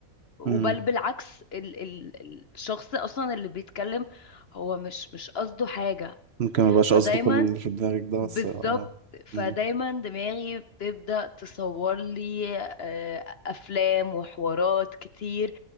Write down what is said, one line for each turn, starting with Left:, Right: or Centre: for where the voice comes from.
Left: وبل
Right: مم.
Left: بالعكس ال ال الشخص اصلا اللي بيتكلم هو مش مش قصده حاجة
Right: ممكن ما يبقاش
Left: فدايما
Right: قصده كل اللي في دماغك ده
Left: بالظبط
Right: بس اه
Left: فدايما
Right: مم.
Left: دماغي بتبدأ تصور لي آه، أفلام وحوارات كتير